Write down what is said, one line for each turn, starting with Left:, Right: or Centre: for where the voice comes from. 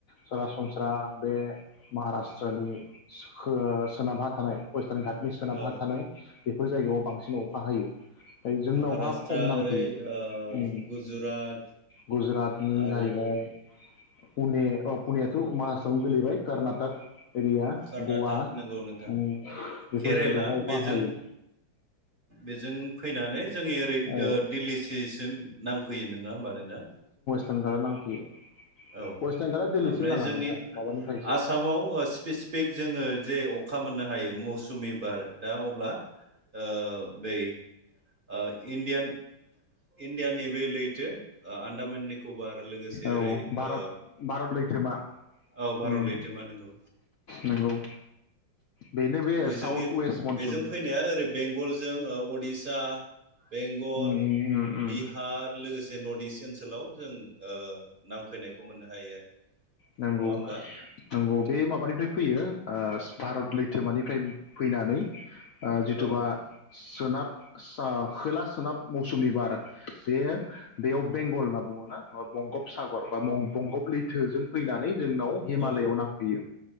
Left: सरासनस्रा बे महाराष्ट्रनि सख' बो सोनाबहा थानाय फस्टान गाटनि सोनाबहा
Right: औ
Left: थानाय बेफोर जायगायाव बांसिन अखा हायो। फ्राय जोंनावहा
Right: महाराष्ट्र
Left: खम नांफैयो।
Right: ओरै ओ
Left: उम
Right: गुजरात
Left: गुजुरातनि
Right: आरो
Left: जाहैबाय पुने अ' पुनियाथ' मासआवनो गोलैबाय। कर्नाटक एरिया
Right: कर्नाटक
Left: गवा
Right: नंगौ नोंथां।
Left: उम बेफोर
Right: केरेला
Left: जायगायावहा अखा
Right: बेजों
Left: हायो
Right: बेजों फैनानै जोंनि ओरै
Left: औ
Right: दो दिल्लीसिसिम नां फैयो नङा होमबा नोंथां।
Left: <unintelligible> गारा नांफैयो।
Right: औ
Left: वेस्टार्न घाटआ दिल्लीसिम
Right: ओमफ्राय
Left: नाङा
Right: जोंनि
Left: नोंथां माबानिफ्रायसो
Right: आसामाव ओ स्पेसपिक जोङो जे अ खा मोननो हायो। मौसुमि बार' दा अब्ला ओ बै ओ इण्डियान इण्डिया नि बे लैथो ओ आन्दामाननि कभार लोगोसे
Left: औ
Right: ओरै
Left: भारत
Right: ओ
Left: भारत लैथोमा
Right: औ भारत
Left: उम
Right: लैथोमा नंगौ।
Left: नंगौ। बेनो बे
Right: बेजोंनि
Left: साउथ वेस्ट मनसुन
Right: बेजों फैनाया ओरै बेंगलजों ओ उडिसा बेंगल
Left: उम उम उम
Right: बिहार लोगोसे नर्थ इस्ट ओनसोलाव जों ओ नांफैनायखौ मोननो हायो आरो।
Left: नंगौ
Right: नङा होमबा
Left: नंगौ बे माबानिफ्राय फैयो। ओ भारत लैथोमानिफ्राय फैनानै ओ जिथुबा
Right: औ
Left: सोनाब सा खोला सोनाब मौसुमि बार बे बेयाव बेंगल होनना बुङो। मा बंगब सागर बा मं बंगब लैथोजों फैनानै जोंनाव हिमालयआव
Right: नंगौ
Left: नांफैयो।